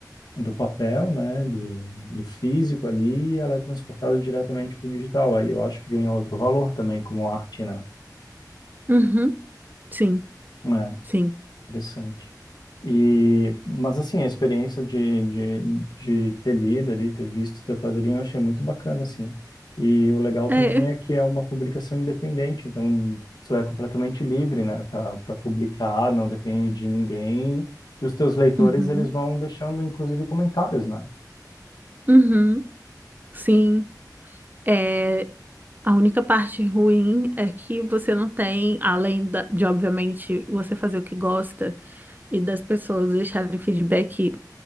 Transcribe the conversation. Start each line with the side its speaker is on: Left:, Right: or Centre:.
Left: do papel, né, do, do físico ali, e ela é transportada diretamente para o digital. Aí eu acho que ganha outro valor também como arte, né?
Right: uhum, sim,
Left: É,
Right: sim,
Left: interessante. E, mas assim, a experiência de, de, de ter lido ali, ter visto teu quadrinho, eu achei muito bacana, assim. E o legal também
Right: é,
Left: é que é uma publicação independente, então tu é completamente livre, né, para publicar, não depende de ninguém. E os teus leitores,
Right: uhum,
Left: eles vão deixando, inclusive, comentários, né?
Right: uhum, sim, é, a única parte ruim é que você não tem, além da- de, obviamente, você fazer o que gosta e das pessoas deixarem feedback